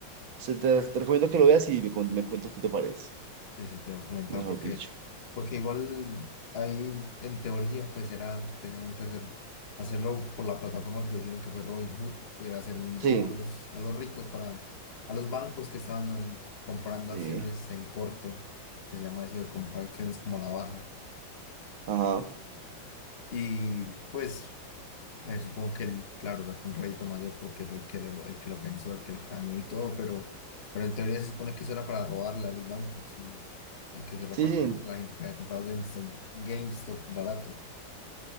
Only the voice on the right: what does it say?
se- te, te recomiendo que lo veas y me, cuen- me cuentas qué te parece,
mejor
dicho.
Sí,
sí,
ajá.
Sí, sí,